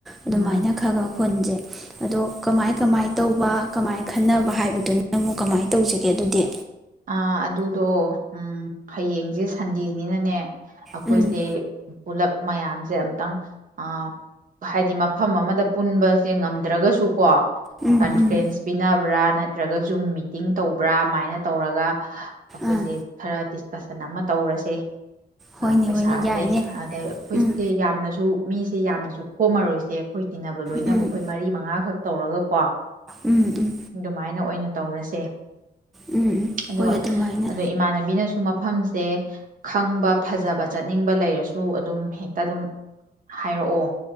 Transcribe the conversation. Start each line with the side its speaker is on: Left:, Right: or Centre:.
Centre: ꯑꯗꯨꯃꯥꯏꯅ
Right: ꯎꯝ
Centre: ꯈꯒ ꯍꯨꯟꯖꯦ ꯑꯗꯣ ꯀꯃꯥꯏ-ꯀꯃꯥꯏ ꯇꯧꯕ ꯀꯃꯥꯏ ꯈꯟꯅꯕ ꯍꯥꯏꯕꯗꯨꯅꯤ <inaudible> ꯀꯃꯥꯏ ꯇꯧꯖꯤꯒꯦ ꯗꯨꯗꯤ
Right: ꯑꯥ ꯑꯗꯨꯗꯣ ꯎꯝ ꯍꯌꯦꯡꯖꯦ ꯁꯟꯗꯦ ꯅꯤꯅꯅꯦ ꯑꯈꯣꯏꯖꯦ
Centre: ꯎꯝ
Right: ꯄꯨꯜꯂꯞ ꯃꯌꯝꯖꯦ ꯑꯝꯇꯪ ꯑꯥ ꯐꯥꯏꯗꯤ ꯃꯐꯝ ꯑꯃꯗ ꯄꯨꯟꯕꯁꯦ ꯉꯝꯗ꯭ꯔꯒꯖꯨꯀꯣ
Centre: ꯎꯝ
Right: ꯀꯟꯐꯦꯟꯁ
Centre: ꯎꯝ
Right: ꯄꯤꯅꯕ꯭ꯔꯥ ꯅꯠ ꯇ꯭ꯔꯒꯖꯨ ꯃꯤꯇꯤꯡ ꯇꯧꯕ꯭ꯔꯥ ꯑꯃꯥꯏꯅ ꯇꯧꯔꯒ ꯑꯈꯣꯏꯖꯦ
Centre: ꯑꯥ
Right: ꯈꯔ ꯗꯤꯁꯀꯁꯟ ꯑꯃ ꯇꯧꯔꯁꯦ
Centre: ꯍꯣꯏꯅꯦ
Right: ꯑ ꯄꯩꯁꯥꯁꯦ
Centre: ꯍꯣꯏꯅꯦ ꯌꯥꯏꯅꯦ
Right: ꯑꯗ
Centre: ꯎꯝ
Right: <inaudible> ꯌꯥꯝꯅꯖꯨ ꯃꯤꯁꯦ ꯌꯥꯝꯅꯁꯨ ꯈꯣꯝꯃꯔꯣꯏꯁꯦ ꯈꯣꯏ ꯇꯤꯟꯅꯕ ꯂꯣꯏꯅꯕ
Centre: ꯎꯝ
Right: ꯈꯣꯏ ꯃꯔꯤ ꯃꯉꯥꯈꯛ ꯇꯧꯔꯒ ꯀꯣ
Centre: ꯎꯝ ꯎꯝ
Right: ꯗꯨꯃꯥꯏꯅ ꯑꯣꯏꯅ ꯇꯧꯔꯁꯦ
Centre: ꯎꯝ ꯎꯝ
Right: ꯑꯗꯨꯒ
Centre: ꯍꯣꯏ ꯑꯗꯨꯃꯥꯏꯅ
Right: ꯑꯗꯣ ꯏꯃꯥꯟꯅꯕꯤꯅꯁꯨ ꯃ ꯐꯝꯁꯦ ꯈꯪꯕ ꯐꯖꯕ ꯆꯠꯅꯤꯡꯕ ꯂꯩꯔꯁꯨ ꯑꯗꯨꯝ ꯍꯦꯛꯇ ꯗꯨꯝ ꯍꯥꯏꯔꯛꯑꯣ